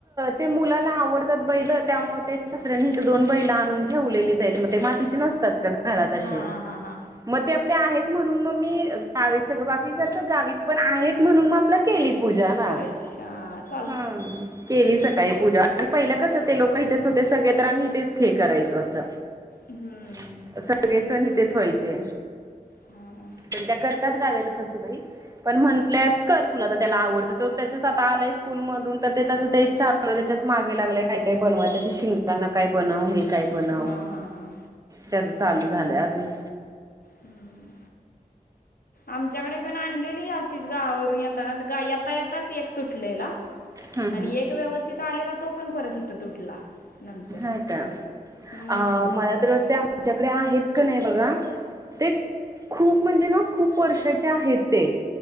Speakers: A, on the right; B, on the left.
A: ते मुलाला आवडतात बैलं, त्यामुळं ते सासऱ्यांनी इथं बैल आणून ठेवलेलीच आहेत. मग ते मा तीची नसतात, का घरात असे.
B: हां हां हां हां
A: मग ते आपले आहेत म्हणून मग मी गावी सगळं, बाकी करतात गावीच पण आहेत म्हणून मग आपला केली पूजा ना.
B: अच्छा चा
A: हां. केली सकाळी पूजा आणि पहिलं कसं ते लोकं इथंच होते सगळे, तर आम्ही इथेच हे करायचो असं.
B: हम्म.
A: सगळे सण इथेच व्हायचे.
B: हां ना.
A: पण करतात गाव्याला सासुबाई, पण म्हंटल्यात कर तुला तर त्याला आवडतं तर. त्याचच आता आलाय स्कूलमधून, तर ते तेच चालू हाय. त्याच्याच मागे लागलाय, काय काय बनवाय त्याची शिं गांना काय बनव, हे काय बनव.
B: हां हां हां.
A: त्याचं चालू झालंय अजून
B: हं आमच्याकडे पण आणलेली असच गावावरून येताना तर गायब. येता येताच एक तुटलेला
A: हम्म
B: आणि
A: हम्म
B: एक व्यवस्थित आलेला तो पण परत इथं तुटला. नंतर
A: हां का.
B: हम्म
A: अ मला तर वाटतंय आमच्याकडे आहेत का नाही बघा ते खूप म्हणजे ना, खूप वर्षाचे आहेत ते.